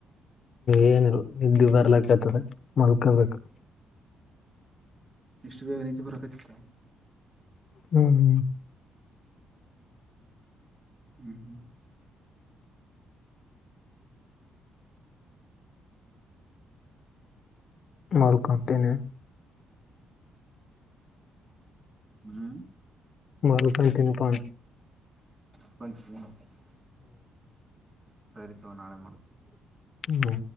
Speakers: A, on the left; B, on the right.
A: ಏನಲ್ ನಿದ್ದಿ ಬರ್ಲಕ್ಕ ಆತದೆ ಮಲ್ಕೊಬೇಕು.
B: ಇಷ್ಟು ಬೇಗ ನಿದ್ದಿ ಬರಕತ್ತತ್ತಾ.
A: ಹ್ಮ್ ಹ್ಮ್
B: ಹ್ಮ್ ಹ್ಮ್
A: ಮಾಲ್ಕಂತನೆ.
B: ಹ್ಮ್
A: ಮಲ್ಕೊತೀನಪ್ಪ
B: <unintelligible> ಸರಿ ತವಾ ನಾಳೆ ಮಾಡ್ತೀನಿ.
A: ಹ್ಮ್